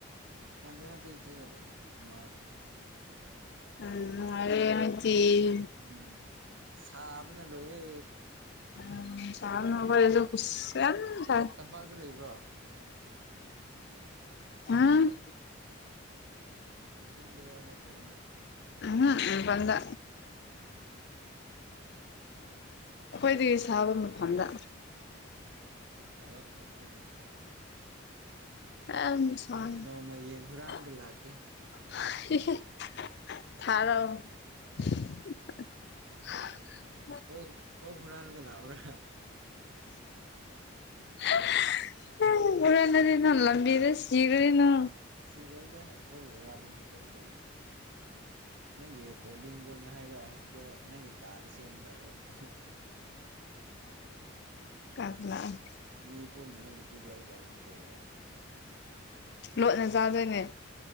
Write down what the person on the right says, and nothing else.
ꯏꯊꯟꯗ ꯅꯠꯇꯦ ꯏꯆꯦꯒꯥ ꯂꯩꯌꯦ ꯏꯃꯒꯁꯨ
ꯎꯝ ꯁꯥꯕꯅ ꯂꯣꯏꯔꯦ
ꯄꯥꯛꯇ ꯂꯩꯕ꯭ꯔꯣ
ꯆꯤꯡꯗꯔꯣ ꯅꯠꯇ꯭ꯔꯒꯅ
ꯑꯣ
ꯁꯥꯕ ꯃꯐꯝꯗ ꯉꯛꯇ
ꯅꯣꯡꯃ ꯌꯦꯟ ꯍꯨꯔꯥꯟꯒ ꯂꯥꯛꯀꯦ
ꯎꯝ
ꯑꯣꯛ ꯑꯣꯛ ꯍꯨꯔꯥꯜꯂꯒ ꯂꯛꯑꯣꯔ
ꯁꯤꯔꯣꯏꯗ ꯑꯩꯈꯣꯏꯒꯤ ꯍꯨꯔꯥꯜꯂꯗꯤ <unintelligible> ꯀꯩꯅꯣ ꯅꯪꯒꯤ ꯕꯣꯔꯗꯤꯡ ꯔꯨꯝ ꯍꯥꯏꯕ꯭ꯔꯥ ꯍꯣꯁꯇꯦꯜ ꯅꯪꯒꯤ ꯀꯥꯗ ꯁꯦꯝꯒꯗꯕ ꯑꯣꯛꯇꯣ
ꯃꯤ ꯄꯨꯝꯅ ꯃꯛꯀꯤ ꯄꯤꯖꯒꯗꯕꯅꯤ ꯀꯩꯅꯣ